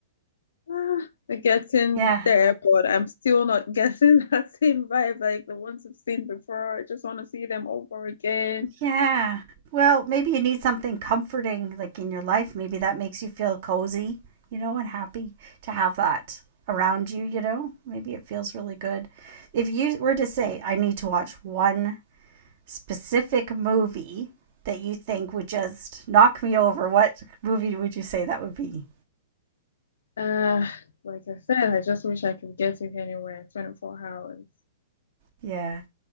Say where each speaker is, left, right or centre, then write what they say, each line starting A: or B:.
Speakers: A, on the left (about 60°); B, on the right (about 45°).
A: ah, they're getting
B: Yeah.
A: there, but I'm still not getting <laughs> that same vibe like the ones I've seen before. I just want to see them over again.
B: Yeah. Well, maybe you need something comforting like in your life. Maybe that makes you feel cozy, you know, and happy to have that around you, you know? Maybe it feels really good. If you were to say, I need to watch one specific movie that you think would just knock me over, what movie would you say that would be?
A: Uh, like I said, I just wish I could get it anywhere. 24 hours.
B: Yeah.